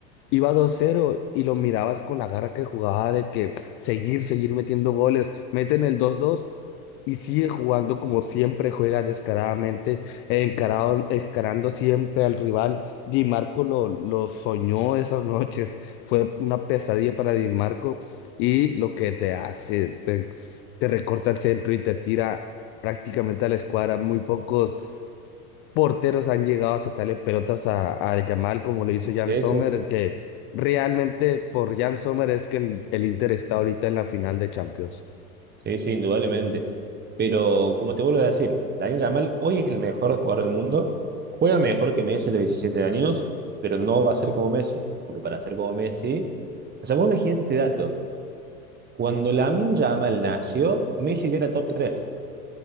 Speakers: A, on the left (about 30°); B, on the right (about 20°).
A: iba 2-0 y lo mirabas con la garra que jugaba de que seguir, seguir metiendo goles, meten el 2-2 y sigue jugando como siempre juega descaradamente, encarado, encarando siempre al rival. Di Marco lo, lo soñó esas noches, fue una pesadilla para Di Marco y lo que te hace, te, te recorta el centro y te tira prácticamente a la escuadra, muy pocos porteros han llegado a sacarle pelotas a, a Yamal como lo hizo Jan
B: Ese,
A: Sommer, que realmente por Jan Sommer es que el, el Inter está ahorita en la final de Champions.
B: sí, sí, sí, indudablemente. Pero como te vuelvo a decir, Lamine Yamal hoy es el mejor jugador del mundo. Juega mejor que Messi a los 17 años, pero no va a ser como Messi. Porque para ser como Messi. O sea, vos imagínate este dato. Cuando Lamine Yamal nació, Messi ya era top tres